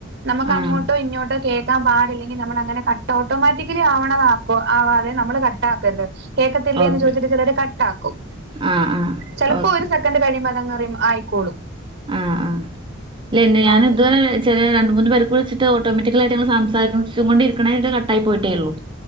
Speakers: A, on the right (about 55°); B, on the right (about 25°).
A: നമുക്ക്
B: ആഹ്
A: അങ്ങോട്ടോ ഇങ്ങോട്ടോ കേ <unintelligible> പാടില്ലെങ്കി നമ്മൾ അങ്ങനെ കട്ട് ഓട്ടോമാറ്റക്കലി ആവണതാക്കോ ആവാതെ നമ്മള് കട്ടാക്കരുത് കേക്കത്തില്ലേ
B: ഓക്കെ
A: എന്ന് ചോദിച്ചിട്ട് ചിലര് കട്ടാക്കും
B: ആഹ് ആഹ്
A: ചെലപ്പോ
B: ഓക്കെ
A: ഒരു സെക്കൻഡ് കഴിയുമ്പോ അതങ്ങ് റിമ് ആയി കൊളും
B: ആഹ് ആഹ് ല്ലന്ന് ഞാൻ
A: ഓക്കെ
B: ഇത് <unintelligible> രണ്ട് മൂന്ന് പേർക്ക് വിളിച്ചിട്ട് ഓട്ടോമാറ്റിക്കലായിട്ട് നങ്ങള് സംസാരിച്ചു കൊണ്ടരിക്കണേ <unintelligible> കട്ടായി പോയിട്ടേ ഉള്ളൂ